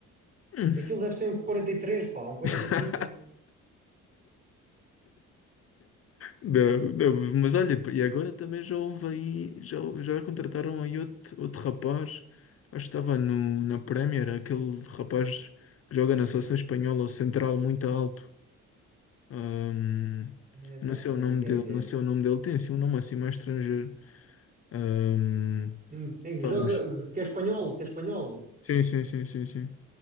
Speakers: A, on the left (about 50°); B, on the right (about 30°).
A: Hum.
B: Aquilo deve ser um 43 pá, um quarenta
A: <laughs>
B: e cinco
A: Não, não, mas olha, e agora também já houve aí, já, já contrataram aí outro, outro rapaz, acho que estava no, na Premier, aquele rapaz que joga na seleção espanhola, o central muito alto. Ahm,
B: Epá,
A: não
B: não
A: sei
B: estou
A: o nome
B: a ver quem
A: dele,
B: é que é.
A: não sei o nome dele, tem assim um nome assim mais estrangeiro. Ahm,
B: Hum, É que
A: pá,
B: joga,
A: mas-
B: que é espanhol, que é espanhol.
A: Sim, sim, sim, sim, sim.